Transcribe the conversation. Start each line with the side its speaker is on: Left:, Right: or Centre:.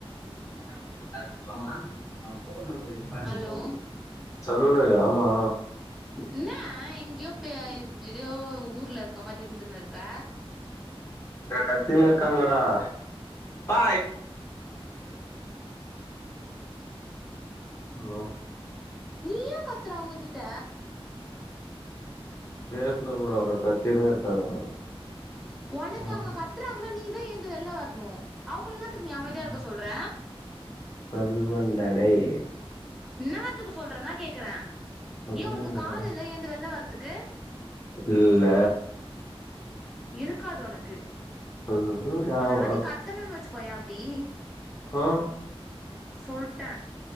Left: <unintelligible>
Centre: ஹலோ
Left: சொல்லு ஆமா
Centre: இன்னா எங்கியோ பே இதோ ஊர்ல இருக்க மாரி இர்ந்துனு இருக்க
Left: கத்தினு இருக்காங்கடா பா ஓ
Centre: நீ ஏ கத்ற அவுங்ககிட்ட
Left: பேசினு போறவங்க கத்தினே இருக்காங்க
Centre: ஒனக்கு
Left: ம்
Centre: அங்க கத்தறாங்கன்னா நீதா ஏந்து வெளில வரணு அவுங்க என்னாத்துக்கு நீ அமைதியா
Left: ம்
Centre: இருக்க சொல்ற
Left: சொல்வன் டா டேய்
Centre: இன்னாதுக்கு சொல்றனா கேக்கற
Left: ம்
Centre: ஏ உனக்கு கால் இல்ல ஏந்து வெள்ள வரதுக்கு
Left: இல்ல
Centre: இருக்காது உனக்கு
Left: ம்ஹூம்
Centre: உன்னொரு
Left: ஆமா
Centre: வாட்டி கத்தணுன் வச்சுக்கோயே அப்டி
Left: ஆ
Centre: சொல்ட்ட